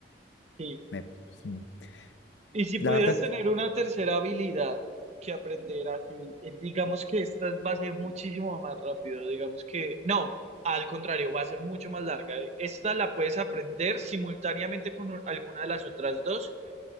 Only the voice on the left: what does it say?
Me- sí.
la
verdad,